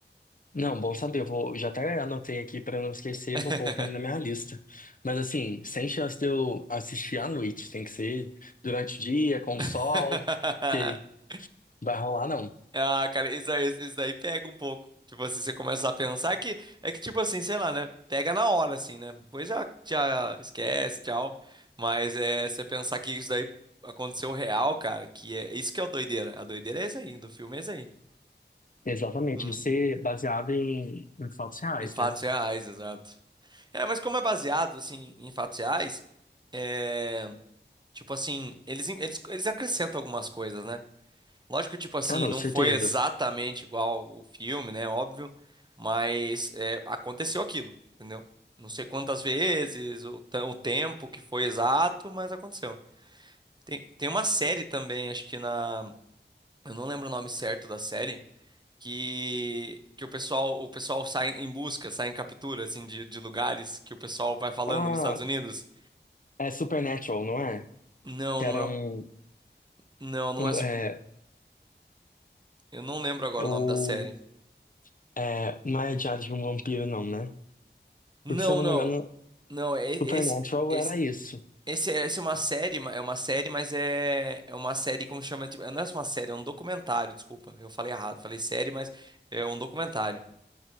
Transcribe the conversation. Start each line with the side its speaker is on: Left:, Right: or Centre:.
Left: Não, bom saber. Eu vou, já até anotei aqui pra eu não esquecer,
Right: É.
Left: vou colocar ele na minha lista. Mas assim, sem chance de eu assistir à noite, tem que ser durante o dia, com o
Right: <laughs>
Left: sol, que vai rolar, não.
Right: Ah, cara, isso, aí- isso daí pega um pouco. Tipo assim, você começa a pensar que é que, tipo assim, sei lá, né? Pega na hora, assim, né? Depois já, já esquece, tchau. Mas é você pensar que isso daí aconteceu real, cara, que é isso que é o doideira. A doideira é isso aí, do filme é isso aí.
Left: Exatamente,
Right: Hum,
Left: de ser baseado em, em fatos reais,
Right: Em fatos
Left: né?
Right: reais, exato. É, mas como é baseado, assim, em fatos reais, é. Tipo assim, eles, eles, eles acrescentam algumas coisas, né? Lógico que, tipo assim,
Left: Ah, não,
Right: não
Left: certeza.
Right: foi exatamente igual o filme, né? Óbvio, mas é, aconteceu aquilo, entendeu? Não sei quantas vezes, o, ta- o tempo que foi exato, mas aconteceu. Tem, tem uma série também, acho que na. Eu não lembro o nome certo da série, que, que o pessoal, o pessoal sai em busca, sai em captura, assim, de, de lugares que o pessoal vai falando
Left: Ah,
Right: nos Estados Unidos.
Left: é Supernatural, não é?
Right: Não,
Left: Que
Right: não
Left: era um,
Right: é. Não, não
Left: um
Right: é super.
Left: é,
Right: Eu não lembro agora
Left: é
Right: o
Left: o,
Right: nome da série.
Left: é, não é Diário de um Vampiro, não, né?
Right: Não,
Left: Porque se eu não
Right: não,
Left: me engano,
Right: não. é- Esse,
Left: Supernatural
Right: esse,
Left: era isso.
Right: esse, essa é uma série, ma- é uma série, mas é, é uma série como chama, tipo, não é uma série, é um documentário. Desculpa, eu falei errado, falei série, mas é um documentário.